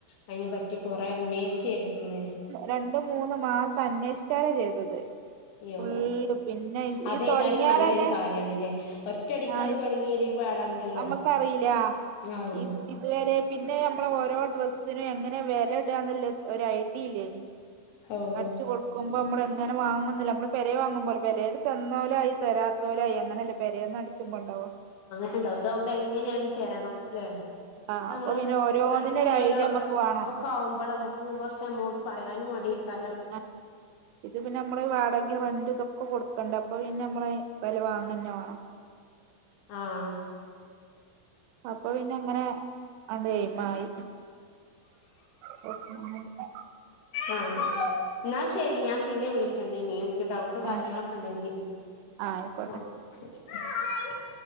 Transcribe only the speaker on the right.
രണ്ടും മൂന്നും മാസം അന്വേഷിച്ചാലേ ചെയ്തത്.
ഫുള്ള് പിന്നെ
ഈ തുടങ്ങിയാരന്നെ
ആ
നമ്മക്കറിയില്ല
ഈ ഇതുവരെ പിന്നെ ഞമ്മളെ ഓരോ ഡ്രസ്സിനും എങ്ങനെ നെ വെലഡാന്ന്ല്ല ഒരൈഡിയ ഇല്ലേയ്നി
അടിച്ചു കൊടു ക്കുമ്പോ മ്മള് എങ്ങനെ വാങ്ങുന്നില്ല നമ്മള് പെരേ വാങ്ങുമ്പോലെ പെലേത് തന്നോലായി തരാത്തോലായി അങ്ങനല്ലേ പെരേന്നടിച്ചുമ്പോ ട്ടോ
ആഹ്
അപ്പൊ പിന്നെ ഓരോന്നിനും
ഒരു ഐഡിയ നമ്മക്ക് വേണം
ആഹ് ഇത് പിന്നെ മ്മള് വാടകെം റെന്റും ഇതൊക്കെ കൊടുക്കണ്ടേ അപ്പൊ പിന്നമ്മള് വെല വാങ്ങന്നെ വാണം.
അപ്പൊ പിന്നെങ്ങനെ അങ്ങട് എയിമായി <unintelligible>
ആഹ് ആഹ് ആയിക്കോട്ടെ